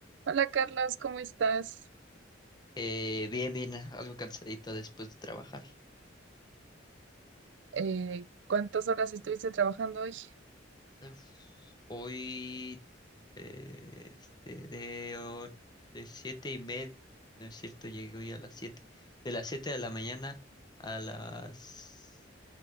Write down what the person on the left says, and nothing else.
Eh, bien, bien, algo cansadito después de trabajar.
Uf, hoy, eh, este, de, o- de siete y media, no es cierto, llegué hoy a las siete. De las siete de la mañana a las,